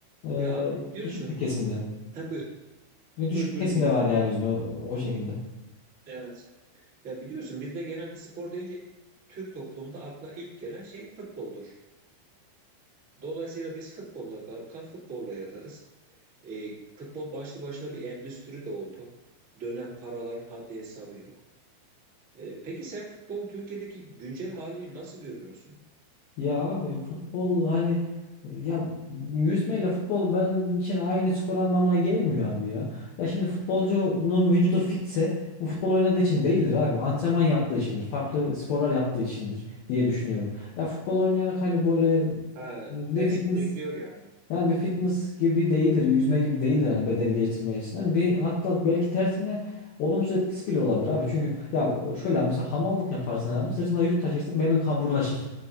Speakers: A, on the left; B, on the right.
A: e,
B: Ya abi biliyorsun.
A: düşük bir kesimde.
B: Ha, buyur.
A: Bir Düşük
B: Buyur buyur
A: bir kesim
B: dinliyorum.
A: var yani yüzme o o şekilde.
B: Evet. Ya biliyorsun bizde genelde spor deyince Türk toplumunda akla ilk gelen şey futboldur. Dolayısıyla biz futbolla kalkar, futbolla yatarız. E, futbol başlı başına bir endüstri de oldu. Dönen paraların haddi hesabı yok. E, peki sen futbolun Türkiye'deki güncel halini nasıl görüyorsun?
A: Ya abi futbol hani ya yüzmeyle futbol benim için aynı spor anlamına gelmiyor abi ya. Ya şimdi futbolcunun vücudu fitse bu futbol oynadığı için değildir abi. Antrenman yaptığı içindir. Farklı sporlar yaptığı içindir diye düşünüyorum. Ya futbol oynayarak hani böyle
B: Ha,
A: bir
B: destekliyor
A: fitness
B: yani.
A: Yani bir fitness gibi değildir, yüzme gibi değildir yani bedeni geliştirme açısından. Bir hatta belki tersine olumsuz etkisi bile olabilir abi. Çünkü ya şöyle abi, mesela hamallık yaparsın abi sırtına yük taşırsın belin kamburlaşır.